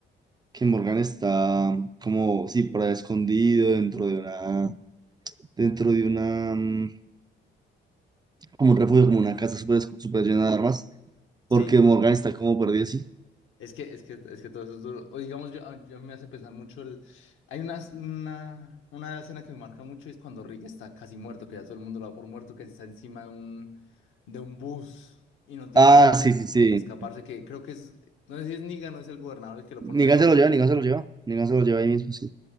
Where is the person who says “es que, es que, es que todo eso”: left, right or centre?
Left